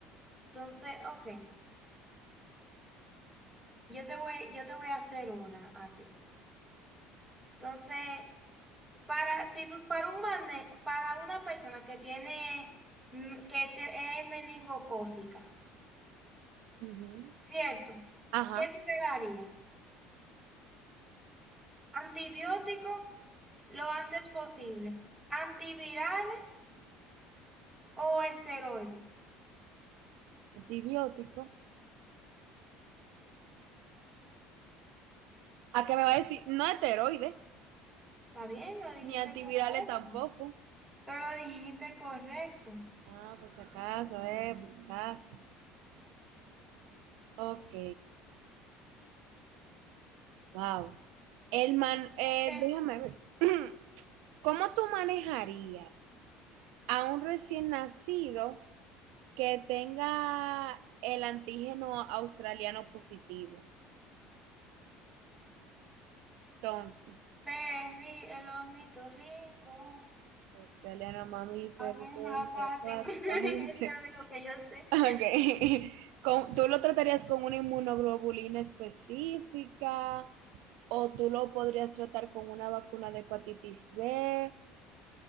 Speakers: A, in the centre; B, on the right (about 75°).
A: Entonces, ok. Yo te voy, yo te voy a hacer una a ti. Entonces, para, si tú, para un mane- para una persona que tiene, mm, que te- es meningocócica,
B: ujú.
A: ¿cierto?
B: Ajá,
A: ¿Qué te le darías? Antibiótico lo antes posible. Antivirales o esteroides.
B: antibiótico. ¿A qué me va a decir? No heteroide.
A: Está bien, lo dijiste
B: Ni antivirales
A: correcto.
B: tampoco.
A: Pero lo <laughs> dijiste correcto.
B: Ah, por si acaso, eh, por si acaso. Ok, wow. El man, eh,
A: Porque el
B: déjame ver. <clears throat> ¿Cómo tú manejarías a un recién nacido que tenga el antígeno australiano positivo? Entonces,
A: perri, el ornitorrinco,
B: australiano mamífero,
A: hacen
B: semia,
A: lo acuático.
B: acuático,
A: <laughs> Eso es
B: agente.
A: lo único
B: <laughs>
A: que yo sé.
B: Ok. Con- ¿Tú lo tratarías con una inmunoglobulina específica? O tú lo podrías tratar con una vacuna de hepatitis B,